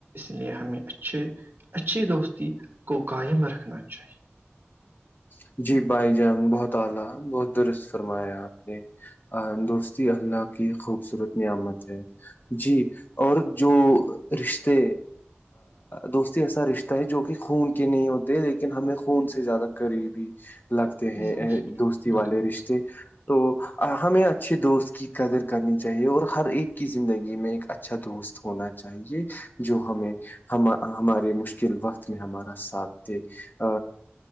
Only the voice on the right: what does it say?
اس لیے ہمیں اچھے اچھی دوستی کو قائم رکھنا چاہیے
چاہیے
بالکل